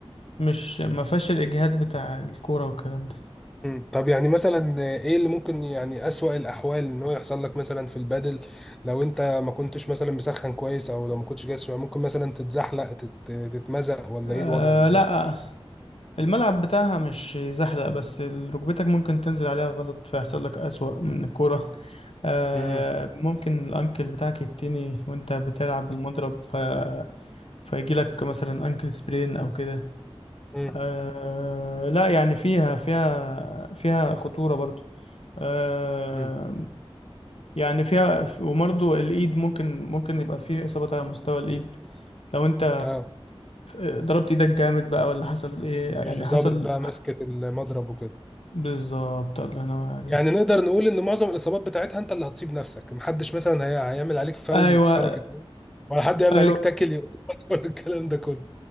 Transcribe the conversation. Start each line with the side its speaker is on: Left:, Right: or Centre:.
Left: مش ما فيهاش الإجهاد بتاع الكورة والكلام ده
Centre: مم. طب يعني مثلا ايه اللي ممكن يعني اسوأ الاحوال ان هو يحصل لك مثلا في البادل لو انت ما كنتش مثلا مسخن كويس او لو ما كنتش جاهز شوية، ممكن مثلا تتزحلق تت... تتمزق ولا
Left: آه
Centre: ايه الوضع بالظبط
Left: لا الملعب بتاعها مش زحلق بس ركبتك ممكن تنزل عليها غلط فيحصل لك أسوأ من الكورة آه
Centre: امم
Left: ممكن الأنكل بتاعك يتني وأنت بتلعب بالمضرب ف... فيجي لك مثلا أنكل سبرين أو كده
Centre: امم
Left: آه لا يعني فيها فيها فيها خطورة برضو آه
Centre: امم
Left: يعني فيها وبرضو الإيد ممكن ممكن يبقى فيه إصابات على مستوى الإيد لو أنت
Centre: اه
Left: آه، ضربت ايدك جامد بقى ولا حصل ايه
Centre: مش
Left: يعني
Centre: ظابط
Left: حصل
Centre: بقى ماسكة المضرب وكده
Left: بالظبط الله ينور عليك
Centre: يعني نقدر نقول ان معظم الاصابات بتاعتها انت اللي هتصيب نفسك محدش مثلا هي... هيعمل عليك فاول
Left: ايوه
Centre: يكسرك اتنين ولا حد يعمل
Left: ايوه
Centre: عليك تاكل يقطعك <laughs> ولا الكلام ده كله